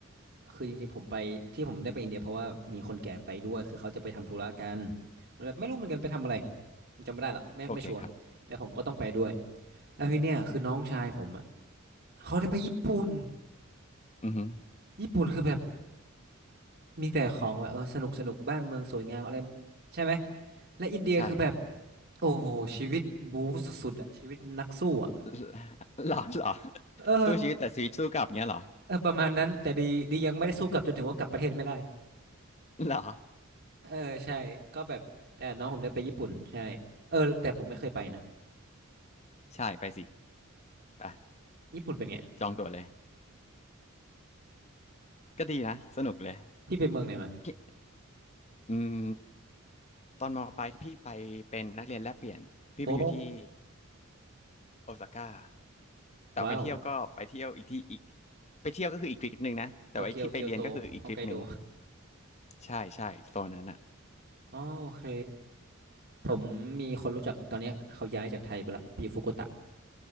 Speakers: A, on the right; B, on the left.
A: คือจริงๆผมไปที่ผมได้ไปอินเดียเพราะว่ามีคนแก่ไปด้วยคือเขาจะไปทำธุระกันมันแบบไม่รู้เหมือนกันไปทำอะไรผมจำไม่ได้ละไม่ไม่ชัวร์แต่ผมก็ต้องไปด้วย
B: โอเคครับ
A: แล้วทีเนี้ยคือน้องชายผมอ่ะเขาได้ไปญี่ปุ่น
B: อือฮึ
A: ญี่ปุ่นคือแบบมีแต่ของแบบเออสนุกสนุกบ้านเมืองสวยงามอะไรใช่ไหมและอินเดียคือแบบ
B: ใช่
A: โอ้โหชีวิตบู๊สุดๆอ่ะชีวิตนักสู้อ่ะ
B: <laughs> หรอหรอ
A: เออ
B: สู้ชีวิตแต่ชีวิตสู้กลับเงี้ยเหรอ
A: เออประมาณนั้นแต่ดีดียังไม่ได้สู้กลับจนถึงว่ากลับประเทศไม่ได้
B: หรอ
A: เออใช่ก็แบบแต่น้องผมได้ไปญี่ปุ่นใช่เออแต่ผมไม่เคยไปนะ
B: ใช่ไปสิไป
A: ญี่ปุ่นเป็นไง
B: จองตั๋วเลยก็ดีนะสนุกเลย
A: พี่ไปเมืองไหนมา
B: พี่อืมตอนมปลายพี่ไปเป็นนักเรียนแลกเปลี่ยนพี่ไปอยู่ที่
A: โอ้
B: โอซาก้าแต่ไปเที่ยวก็ไปเที่ยวอีกที่อีก
A: ว้าว
B: ไปเที่ยวก็คืออีกทริปหนึ่งนะแต่ว่าไอ้ที่ไปเรียนก็คืออีกทริปหนึ่ง
A: โตเกียวเกียวโตฮอกไกโด
B: ใช่ใช่โซนนั้นอ่ะ
A: อ๋อโอเคผมมีคนรู้จักตอนเนี้ยเขาย้ายจากไทยไปละไปอยู่ฟุกุโอกตะ